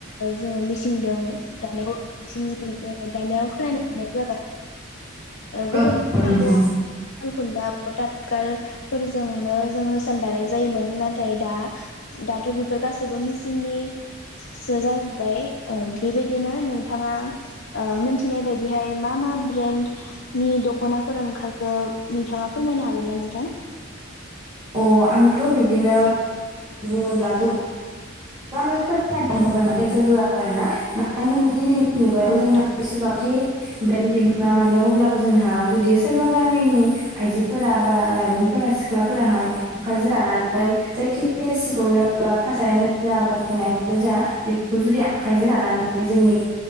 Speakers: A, on the left; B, on the right.
A: जोङो मिस सिंदों दानायखौ बांसिन दानिया खोनानो मोननाय जाबाय। गोदोनि
B: औ
A: दिनावथ'
B: नंगौ
A: सालखुन्था बा टाथगालफोरजोंनो जों होसान दानाय जायोमोन नाथाय दा दाथ' बेफोर गासैबो मिसिंनि सो जाजोब्बाय बेबायदिनो नोंथाङा मिथिनाय बायदिहाय मा मा ब्रेन्डनि दख'नाफोर ओंखार खो नोंथाङा फोरमायनो हागोन ना नोंथां?
B: अ आंथ' बिब्दिनो बुङोब्ला गोबां गोबांनो खोनानाय <unintelligible> आर ना मानो <unintelligible> दिनैनि मुगायाव
A: औ
B: जोंहा
A: नोंथां
B: जेसेबांखि ब्रेन्ड दिहुना मानो अब्लाबो जोंहा जुदि सोरबा गामिनि आइजो फोरा बा लाइमोनफोरा सिख्लाफोराहाय आखायजों लानानै जायखिजाया सिखौनो बा फास्रायानो जा <unintelligible> ख'नायानो जा बेखौ जुदि आखाइजों लानानै जोंनि